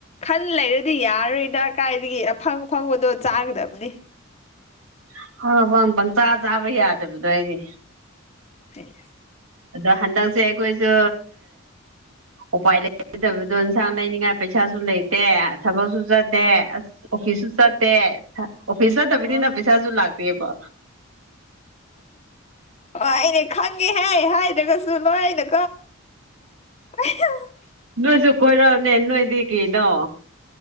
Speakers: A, on the left; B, on the right.
A: ꯈꯟ ꯂꯩꯔꯗꯤ ꯌꯥꯔꯣꯏꯗ ꯀꯥꯏꯗꯒꯤ ꯑꯐꯪ ꯐꯪꯕꯗꯣ ꯆꯥꯒꯗꯕꯅꯤ
B: <unintelligible> ꯄꯪ ꯆꯥ ꯆꯥꯕ ꯌꯥꯗꯕꯗꯣ ꯑꯩꯗꯤ
A: ꯍꯦꯁ
B: ꯑꯗꯣ ꯍꯟꯗꯛꯁꯦ ꯑꯩꯈꯣꯏꯁꯨ ꯎꯄꯥꯏ ꯂꯩꯗꯕꯗꯣ ꯑꯦꯟꯁꯥꯡ ꯂꯩꯅꯤꯡꯉꯥꯏ ꯄꯩꯁꯥꯁꯨ ꯂꯩꯇꯦ ꯊꯕꯛꯁꯨ ꯆꯗꯦ ꯑꯁ ꯑꯣꯐꯤꯁꯁꯨ ꯆꯠꯇꯦ ꯑꯣꯐꯤꯁ ꯆꯠꯇꯕꯅꯤꯅ
A: ꯎꯝ
B: ꯄꯩꯁꯥꯁꯨ ꯂꯥꯛꯇꯦꯕ
A: ꯑꯩꯅꯦ ꯈꯪꯉꯦ ꯍꯥꯏ ꯍꯥꯏꯗ꯭ꯔꯒꯁꯨ ꯅꯣꯏ ꯑꯩꯅ <unintelligible>
B: ꯅꯣꯏꯁꯨ ꯀꯣꯏꯔꯅꯦ ꯅꯣꯏꯗꯤ ꯀꯩꯅꯣ